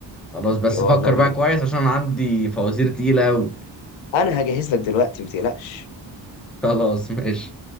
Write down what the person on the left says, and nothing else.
يلا
بينا
انا هجهز لك دلوقتي متقلقش